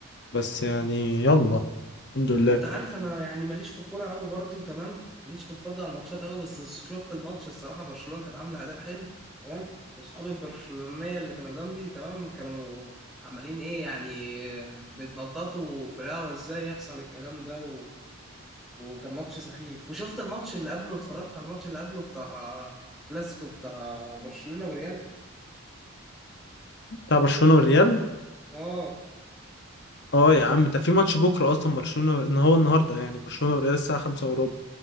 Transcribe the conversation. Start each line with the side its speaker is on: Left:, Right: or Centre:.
Left: بس يعني يلا الحمد لله
Centre: انت عارف انا يعني ماليش في الكوره قوي برضو تمام ماليش في الفرجه على الماتشات قوي بس شفت الماتش الصراحه برشلونه كانت عامله اداء حلو تمام واصحابي البرشلونيه اللي كانوا جنبي تمام كانوا عمالين ايه يعني بيتنططوا في القهوه ازاي يحصل الكلام ده و... وكان ماتش سخيف وشفت الماتش اللي قبله اتفرجت على الماتش اللي قبله بتاع كلاسيكو بتاع برشلونه وريال
Left: بتاع برشلونة والريال
Centre: اه
Left: اه يا عم ده في ماتش بكرة اصلا برشلونة ان هو النهارده يعني برشلونة والريال الساعة 5 وربع